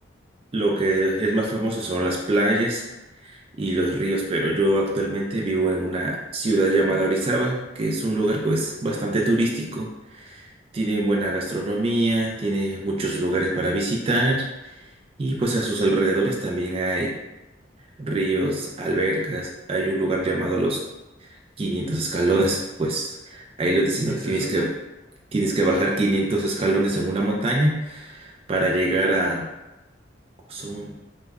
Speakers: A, on the right (about 30°); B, on the right (about 50°).
A: lo que es más famoso son las playas y los ríos, pero yo actualmente vivo en una ciudad llamada Orizaba, que es un lugar pues bastante turístico. Tiene buena gastronomía, tiene muchos lugares para visitar y pues a sus alrededores también hay ríos, albercas, hay un lugar llamado Los 500 Escalones, pues ahí lo dicen,
B: ¿Qué
A: no
B: es
A: tienes
B: eso?
A: que Tienes que bajar 500 escalones en una montaña para llegar a... Son,